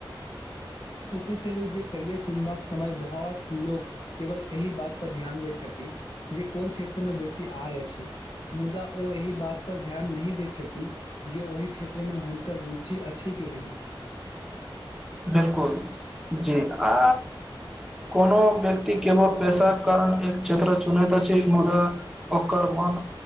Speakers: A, on the left; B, in the centre.
A: चलू जे करियर चुनबाक समय बहुत लोक केवल एहि बात पर ध्यान दे छथि जे कोन क्षेत्र मे बेसी आय अछि मुदा ओ एहि बात पर ध्यान नहि दे जे ओहि क्षेत्रमे हुनकर रुचि अछि कि नहि
B: बिल्कुल जी आ कोनो व्यक्ति केवल पैसाके कारण एक क्षेत्र चुनैत अछि मुदा ओकर मन